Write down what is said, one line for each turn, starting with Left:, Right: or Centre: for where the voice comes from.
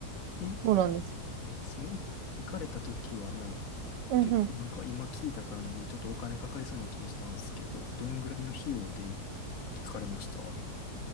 Left: え、
Right: そうなんです。
Left: その、い、行かれた時は、なんやろ、
Right: うんうん。
Left: 結構なんか今聞いた感じ、ちょっとお金かかりそうな気したんですけど、どんぐらいの費用でい行かれました